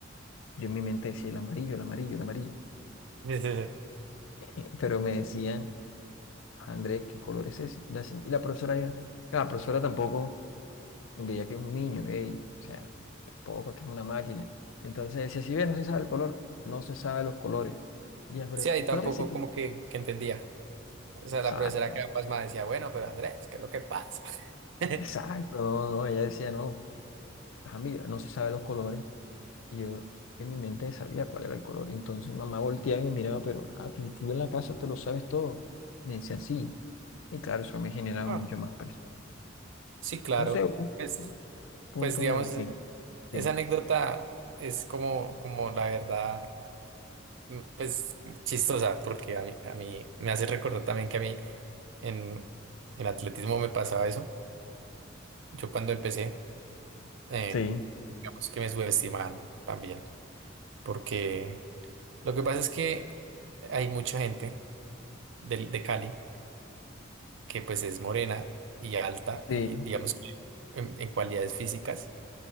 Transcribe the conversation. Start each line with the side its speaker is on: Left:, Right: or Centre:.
Left: Yo en mi mente decía el amarillo, el amarillo, el amarillo.
Right: Sí, sí, sí.
Left: <laughs> Pero me decían, André, ¿qué color es ese? La se- Y la profesora, era- claro, la profesora tampoco veía que es un niño, ey, o sea, poco que es una máquina. Entonces si si ve, no se sabe el color, no se sabe los colores. Y ya, pero
Right: Sí, ahí
Left: espérese
Right: tampoco
Left: que...
Right: como que, que entendía. O sea,
Left: Exacto,
Right: la profesora quedaba pasmada decía, bueno, pero Andrés, ¿qué es lo que pasa? <laughs>
Left: exacto, no, no, ella decía, no, ajá, mira, no se sabe los colores. Y yo en mi mente sabía cuál era el color. Y entonces mamá volteaba y me miraba, pero, ajá, tú, tú en la casa te lo sabes todo. Me decía, sí. Y claro, eso me generaba
Right: Ah,
Left: mucha más presión.
Right: Sí, claro.
Left: No sé, hubo un
Right: Pues,
Left: punto punto
Right: pues digamos,
Left: en el que... dime.
Right: esa anécdota es como, como la verdad, mm, pues como chistosa, porque a mí, a mí me hace recordar también que a mí en, en atletismo me pasaba eso. Yo cuando empecé, eh,
Left: Sí,
Right: digamos que me subestimaban también. porque lo que pasa es que hay mucha gente del- de, Cali que pues es morena y alta
Left: sí,
Right: y digamos que en, en cualidades físicas